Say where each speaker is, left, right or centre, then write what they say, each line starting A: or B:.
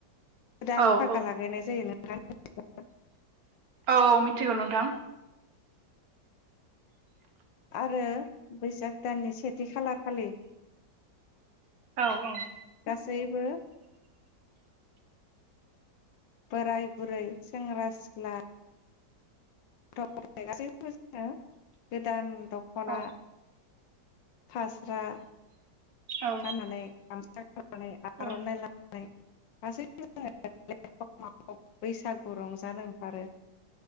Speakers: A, on the left (about 85°); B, on the right (about 55°).
A: गोदान
B: औ
A: फागा
B: औ
A: लागायनाय जायो नों <unintelligible>
B: औ मिथिगौ नोंथां
A: आरो बैसाग दाननि सेथि खालार खालि
B: औ औ
A: सैबो बोराय बुरै सेंग्रा सिख्ला गथ गथाय गासैबो जोङो गोदान दखना
B: औ
A: फास्रा
B: औ
A: खानानै गामसा <inaudible> नानै आर'नाइ
B: औ
A: लानानै <unintelligible> <inaudible> गासैबो जोङो बैसागु रंजानो ओंखारो